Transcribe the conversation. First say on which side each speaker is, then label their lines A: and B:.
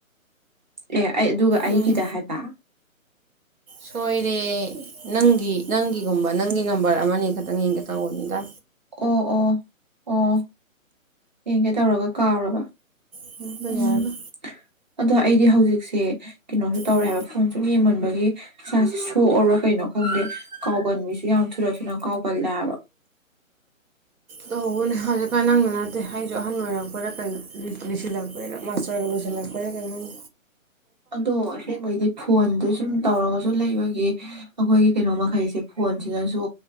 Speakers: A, on the right; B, on the right.
A: ꯑꯦ ꯑꯩ ꯑꯗꯨꯒ ꯑꯩꯒꯤꯗ
B: ꯎꯝ
A: ꯍꯥꯏꯕ
B: ꯁꯣꯏꯔꯦ ꯅꯪꯒꯤ ꯅꯪꯒꯤꯒꯨꯝꯕ ꯅꯪꯒꯤ ꯅꯝꯕꯔ ꯑꯃꯅꯤ ꯈꯇꯪ ꯌꯦꯡꯒꯦ ꯇꯧꯕꯅꯤꯗ
A: ꯑꯣ ꯑꯣ ꯑꯣ ꯌꯦꯡꯒꯦ ꯇꯧꯔꯒ ꯀꯥꯎꯔꯕ
B: <unintelligible>
A: ꯎꯝ
B: ꯌꯥꯔꯕ
A: ꯑꯗꯣ ꯑꯩꯗꯤ ꯍꯧꯖꯤꯛꯁꯦ ꯀꯩꯅꯣꯝꯁꯨ ꯇꯧꯔꯦꯕ
B: ꯎꯝ
A: ꯐꯣꯟ ꯁꯨꯝ ꯌꯦꯡꯃꯟꯕꯒꯤ ꯏꯁꯥꯁꯦ ꯁꯣꯛꯑꯕꯔꯥ ꯀꯩꯅꯣ ꯈꯪꯗꯦ ꯀꯥꯎꯒꯟꯕꯤꯁꯦ ꯌꯥꯝ ꯊꯨꯅ ꯊꯨꯅ ꯀꯥꯎꯒꯜꯂꯦꯕ
B: ꯇꯧꯕꯅꯦ ꯍꯧꯖꯤꯛꯀꯥꯟ ꯅꯪꯗ ꯅꯠꯇꯦ ꯑꯩꯁꯨ ꯑꯍꯟ ꯑꯣꯏꯔꯛꯄꯩꯔꯥ ꯀꯩꯅꯣ ꯂꯣꯏꯁꯤꯜꯂꯛꯄꯩꯔꯥ ꯃꯥꯁꯇꯔꯒ ꯂꯣꯏꯁꯤꯜꯂꯛꯄ ꯀꯥꯢꯔꯛꯀꯅꯤ
A: ꯑꯗꯣ ꯑꯁꯦꯡꯕꯩꯗꯤ ꯐꯣꯟꯗ ꯁꯨꯝ ꯇꯧꯔꯒꯁꯨ ꯂꯩꯕꯒꯤ ꯑꯩꯈꯣꯏꯒꯤ ꯀꯩꯅꯣ ꯃꯈꯩꯁꯦ ꯐꯣꯟꯁꯤꯅꯁꯨ